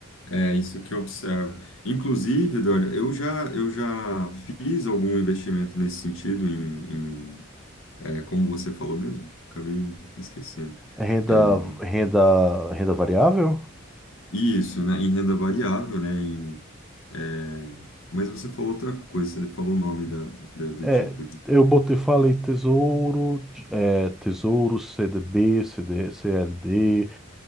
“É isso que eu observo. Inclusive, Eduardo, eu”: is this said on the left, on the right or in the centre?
Left